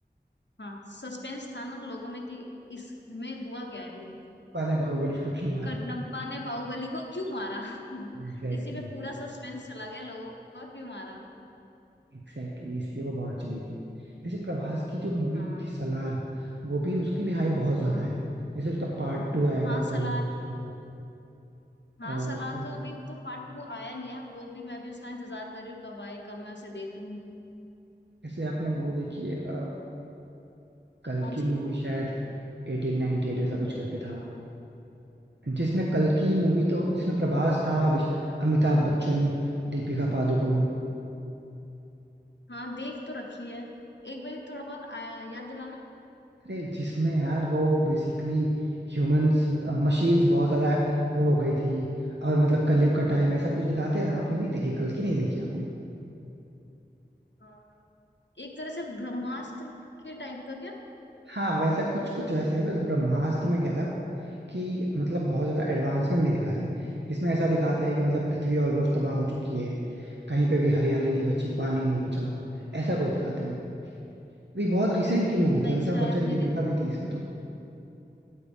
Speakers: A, on the left (about 80°); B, on the right (about 75°).
A: हाँ सस्पेंस था ना लोगों में कि इसमें हुआ क्या है ये
B: पाने बाहुबली को क्यों मारा
A: कटनप्पा ने बाहुबली को क्यों मारा <laughs>
B: एग्जैक्टली
A: इसी पे पूरा सस्पेंस चला गया लोगों का क्यों मारा
B: एग्जैक्टली इसलिए वो बहुत चली थी जैसे प्रभास की जो मूवी
A: हाँ
B: थी सलार वो भी उसकी भी हाइप बहुत ज्यादा
A: हाँ
B: है जैसे उसका पार्ट टू आएगा
A: हाँ
B: तो
A: सलार
B: वो शायद
A: हाँ
B: और
A: सलार
B: इन-
A: का अभी तो पार्ट टू आया नहीं है वो भी मैं भी उसका इंतजार कर रही हूँ कब आए कब मैं उसे देखूँ
B: जैसे आपने वो देखी है अ, कल
A: कौन
B: की
A: सी
B: मूवी शायद 1898 ऐसा कुछ करके था जिसमें कल की मूवी तो जिसमें प्रभास था अभिष अमिताभ बच्चन दीपिका पादुकोण
A: हाँ देख तो रखी है एक बार थोड़ा बहुत आया याद दिलाना
B: अरे जिसमें यार वो बेसिकली ह्यूमंस मशीन्स बहुत ज्यादा वो हो गई थी और मतलब कलयुग का टाइम ऐसा कुछ दिखाते हैं ना आपने नहीं देखी कल की नहीं देखी आपने
A: अ, एक तरह से ब्रह्मास्त्र के टाइप का क्या
B: हाँ वैसा कुछ कुछ वैसा ही बस ब्रह्मास्त्र में क्या था कि मतलब बहुत ज्यादा एडवांसमेंट नहीं दिखाते हैं इसमें ऐसा दिखाते हैं कि मतलब पृथ्वी ऑलमोस्ट तबाह हो चुकी है कहीं पे भी हरियाली नहीं बची पानी नहीं बचा ऐसा कुछ दिखाते हैं ये बहुत रिसेंट की मूवी
A: नहीं
B: थी अमिताभ
A: शायद
B: बच्चन
A: नहीं
B: दीपिका
A: देखी
B: भी थी इसमें तो